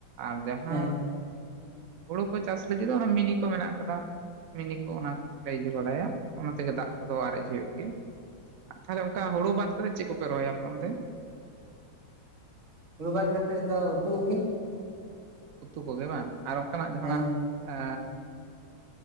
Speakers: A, on the right; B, on the right.
A: ᱟᱨ ᱡᱟᱦᱟᱸ
B: ᱦᱮᱸ
A: ᱦᱩᱲᱩ ᱠᱚ ᱪᱟᱥ ᱞᱟᱹᱜᱤᱫ ᱫᱚ ᱚᱱᱟ ᱢᱤᱱᱤ ᱠᱚ ᱢᱮᱱᱟᱜ ᱟᱠᱟᱫᱟ ᱢᱤᱱᱤ ᱾ ᱠᱚ ᱚᱱᱟ ᱠᱚᱞᱮ ᱤᱭᱟᱹ ᱵᱟᱲᱟᱭᱟ ᱚᱱᱟ ᱛᱮᱜᱮ ᱫᱟᱜ ᱠᱚᱫᱚ ᱟᱨᱮᱡ ᱦᱩᱭᱩᱜ ᱜᱮᱭᱟ᱾ ᱟᱨ ᱛᱟᱦᱚᱞᱮ ᱚᱱᱠᱟ ᱦᱩᱲᱩ ᱵᱟᱫ ᱠᱟᱛᱮᱫ ᱪᱮᱫ ᱠᱚᱯᱮ ᱨᱚᱦᱚᱭᱟ ᱟᱯᱮ ᱚᱱᱛᱮ?
B: ᱦᱩᱰᱩ ᱵᱟᱫ ᱠᱟᱛᱮᱫ ᱫᱚ ᱩᱛᱩ ᱜᱮ᱾
A: ᱩᱛᱩ ᱠᱚᱜᱮ ᱵᱟᱝ ᱟᱨ ᱚᱱᱠᱟᱱᱟᱜ ᱡᱟᱦᱟᱱᱟᱜ
B: ᱦᱮᱸ
A: ᱮ